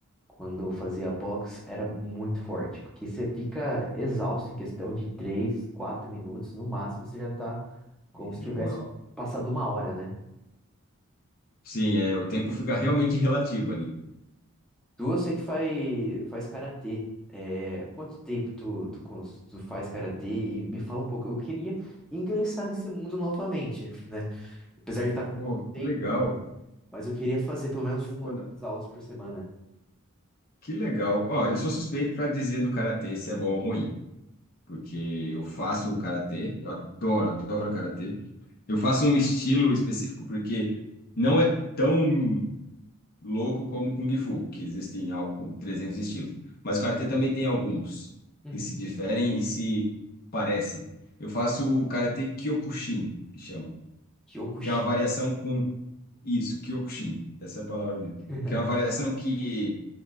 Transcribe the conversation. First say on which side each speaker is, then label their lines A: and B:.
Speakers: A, in the centre; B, on the left (about 40°).
A: quando eu fazia box, era muito forte, porque você fica exausto em questão de 3 4 minutos, no máximo você já tá como
B: É,
A: se tivesse
B: uau.
A: passado uma hora, né?
B: Sim, é, o tempo fica realmente relativo ali.
A: Tu, eu sei que faz, faz karatê. É, quanto tempo tu, tu, cons- tu faz karatê? E me fala um pouco. Eu queria ingressar nesse mundo novamente, né? Apesar de estar com
B: Pô,
A: pouco tempo,
B: que legal.
A: mas eu queria fazer pelo menos uma
B: Mano,
A: ou duas aulas por semana.
B: que legal. Ó, eu sou suspeito para dizer do karatê se é bom ou ruim, porque eu faço o karatê, eu adoro, adoro karatê. Eu faço um estilo específico porque não é tão louco como Kung Fu, que existem algo como 300 estilos. Mas o karatê também tem alguns
A: Uhum.
B: que se diferem e se parecem. Eu faço o karatê Kyokushin, que chama,
A: Kyokushin.
B: que é uma variação com isso, Kyokushin, essa é a palavra mesmo,
A: <laughs>
B: que é uma variação que